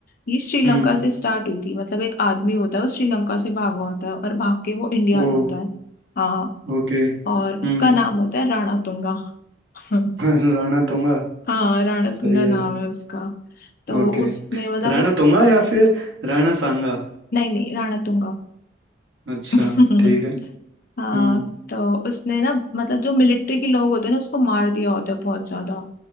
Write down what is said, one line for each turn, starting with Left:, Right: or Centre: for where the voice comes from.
Left: ये श्रीलंका
Right: हम्म
Left: से स्टार्ट हुई थी मतलब एक आदमी होता है वो श्रीलंका से भागा होता है और भाग के वो इंडिया
Right: वो
Left: आ जाता है हाँ
Right: ओके हम्म
Left: और उसका नाम होता है राणा तुंगा <laughs>
Right: <laughs> राणा तुंगा
Left: हाँ राणा
Right: सही
Left: तुंगा
Right: है
Left: नाम है उसका तो
Right: ओके
Left: उसने मतलब
Right: राणा
Left: वो
Right: तुंगा या फिर राणा सांगा
Left: नहीं नहीं राणा तुंगा
Right: अच्छा
Left: <laughs>
Right: ठीक है हम्म
Left: हाँ तो उसने ना मतलब जो मिलिट्री के लोग होते हैं ना उसको मार दिया होता है बहुत ज्यादा